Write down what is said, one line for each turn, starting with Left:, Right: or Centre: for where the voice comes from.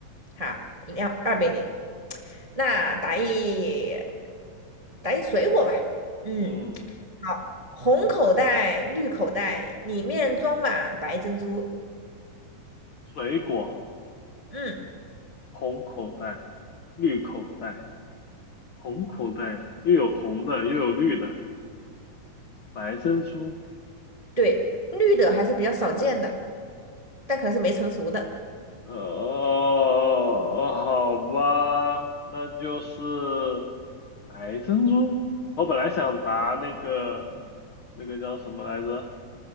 Right: 好，两二比零。那打一打一水果吧。嗯。
Left: 嗯，
Right: 好，红口袋、绿口袋，里面装满白珍珠。
Left: 水果，
Right: 嗯，
Left: 红口袋，绿口袋，红口袋又有红的，又有绿的，白珍珠，
Right: 对，绿的还是比较少见的，但可能是没成熟的。
Left: 呃，哦好吧，那就是白珍珠。我本来想答那个那个叫什么来着？